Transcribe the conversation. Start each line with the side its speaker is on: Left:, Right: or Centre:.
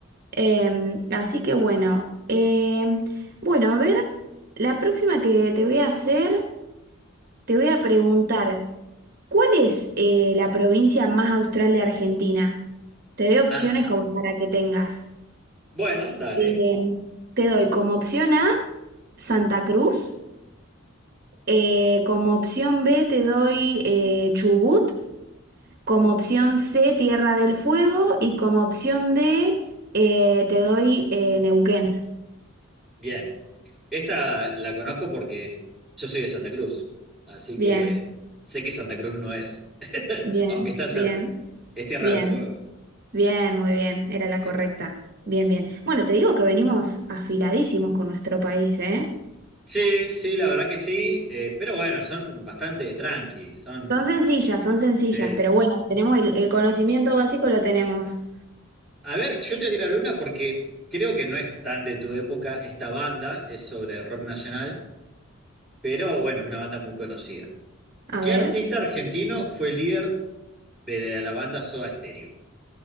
Right: Eh, así que bueno, eh, bueno, a ver, la próxima que te voy a hacer, te voy a preguntar, ¿cuál es eh, la provincia más austral de Argentina? Te doy opciones
Centre: Ah,
Right: como para que tengas.
Centre: bueno, dale.
Right: Eh, te doy como opción A Santa Cruz, Eh, como opción B te doy eh, Chubut, como opción C Tierra del Fuego y como opción D eh, te doy eh, Neuquén.
Centre: Bien. Esta la conozco porque yo soy de Santa Cruz, así
Right: Bien,
Centre: que sé que Santa Cruz no es, <laughs>
Right: bien,
Centre: aunque está cerca.
Right: bien,
Centre: Es Tierra
Right: bien,
Centre: del Fuego.
Right: bien, muy bien, era la
Centre: Eh,
Right: correcta. Bien, bien. Bueno, te digo que venimos afiladísimos con nuestro país, ¿eh?
Centre: Sí, sí, la verdad que sí, eh, pero bueno, son bastante tranqui, son...
Right: Son sencillas, son sencillas,
Centre: sí.
Right: pero bueno, tenemos el, el conocimiento básico, lo tenemos.
Centre: A ver, yo te voy a tirar una porque creo que no es tan de tu época esta banda, es sobre rock nacional, pero bueno, es una banda muy conocida.
Right: A
Centre: ¿Qué
Right: ver,
Centre: artista argentino fue el líder de la banda Soda Stereo?